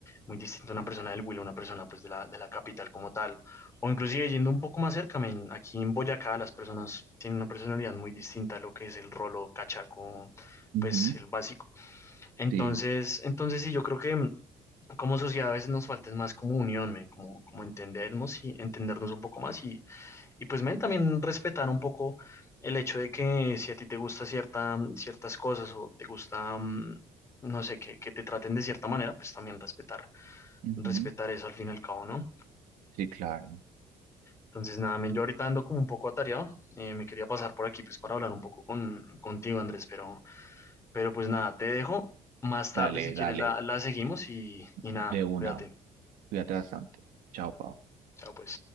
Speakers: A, on the left; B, on the right.
A: muy distinto a una persona del Huila, a una persona pues de la, de la capital como tal, o inclusive yendo un poco más cerca, men, aquí en Boyacá las personas tienen una personalidad muy distinta a lo que es el rolo cachaco,
B: uno.
A: pues el básico. Entonces,
B: Sí,
A: entonces sí, yo creo que mm, como sociedad a veces nos falta es más como unión, men, como, como entendernos y entendernos un poco más y y pues, men, también respetar un poco el hecho de que si a ti te gusta cierta, ciertas cosas o te gusta, mm, no sé, que, que te traten de cierta manera, pues también respetar,
B: ujú,
A: respetar eso al fin y al cabo, ¿no?
B: Sí, claro.
A: Entonces, nada, men, yo ahorita ando como un poco atareado, eh, me quería pasar por aquí pues para hablar un poco con, contigo, Andrés, pero, pero pues nada, te dejo. Más tarde,
B: Dale,
A: si quieres,
B: dale,
A: la, la seguimos y, y nada,
B: de una.
A: cuídate.
B: Cuídate bastante. Chao, Pau.
A: Chao, pues.